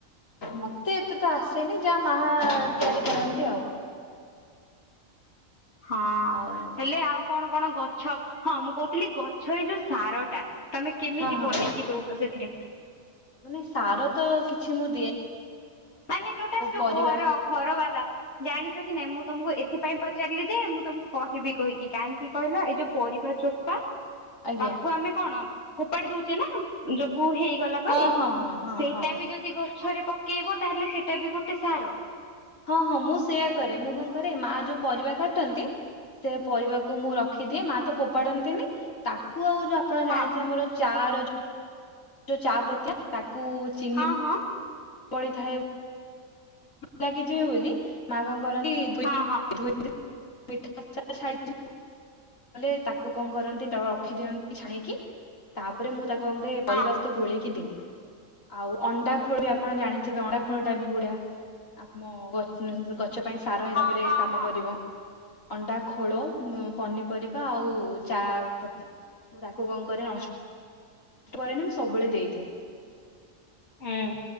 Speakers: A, on the left (about 70°); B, on the left (about 50°).
A: ମତେ ଏତେ ତ ଆସେନି ଯାହା ମାହା ତିଆରି କରନ୍ତି ଆଉ।
B: ହଁ
A: ଆଉ
B: ହେଲେ ଆଉ କଣ କଣ ଗଛ ହଁ ମୁଁ କହୁ ଗଛରେ ଯୋଉ ସାର ଟା ତମେ କେମିତି
A: ହଁ ହଁ।
B: ବନେଇକି ଦଉଛ ସେଥିରେ?
A: ମାନେ ସାର ତ କିଛି ମୁ
B: ମାନେ ଯୋଉଟା ଯୋଉ
A: ପରିବା
B: ଘର ଘର ବାଲା। ଜାଣିଛ କି ନାଇଁ ମୁଁ ତମକୁ ଏଥିପାଇଁ ପଚାରିଲି ଯେ ମୁଁ ତମକୁ କହିବି କହିକି କାହିଁକି କହିଲ ଏଇ ଯୋଉ ପ ରିବା ଚୋପା
A: ଆଜ୍ଞା
B: ତାକୁ ଆମେ କଣ ଫୋପାଡି ଦଉଛେ ନା ଯୋଉ ସବୁ ହେଇଗଲା
A: ହଁ
B: ପରେ
A: ହଁ ହଁ ହଁ
B: ସେଇଟା
A: ହଁ
B: ବି ଯଦି ଗଛରେ ପକେଇବ ତାହେଲେ ସେଇଟା ବି ଗୋଟେ ସାର।
A: ହଁ ହଁ ମୁଁ ସେୟା କରେ ମୁଁ କଣ କରେ ମା ଯୋଉ ପରିବା କାଟନ୍ତି ସେ ପରିବା କୁ ମୁଁ ରଖିଦିଏ ମା ତ ଫୋପାଡନ୍ତିନି ତାକୁ ଆଉ ଯୋଉ ଆପଣ
B: ହଁ
A: ଜାଣିଥିବେ ଆମର ଚା ର ଯଉ ଚା ପତଆ ତାକୁ ଚିନି
B: ହଁ ହଁ
A: ପଡିଥାଏ ଲାଗିଯିବେ ବୋଲି ମା କଣ ରନ୍ତି <unintelligible>
B: ହଁ ହଁ
A: ଲେ ତାକୁ କଣ କରନ୍ତି ତା ରଖିଦିଅନ୍ତି ଛାଣିକି ତାପରେ ମୁଁ ତାକୁ କଣ
B: ହଁ
A: ପରିବା ସହିତ ଗୋଳେଇକି ଦିଏ ଆଉ ଅଣ୍ଡା ଖୋଳରେ ଆପ ଆପଣ ଜାଣିଥିବେ ଅଣ୍ଡା ଖୋଳଟାବି ବୁଢିଆ ଆମ ଗ, ଗ ଗଛ ପାଇଁ ସାର ହିସାବରେ
B: ହଁ ହଁ ହଁ
A: କାମ
B: ହଁ
A: କରିବ। ଅଣ୍ଡା ଖୋଳ ପନିପରିବା ଆଉ ଚାପତି ମୁଁ ତାକୁ କଣ କରେ ନଷ୍ଟ କରେନି ମୁଁ ସବୁବେଳେ ଦେଇଦିଏ।
B: ହୁଁ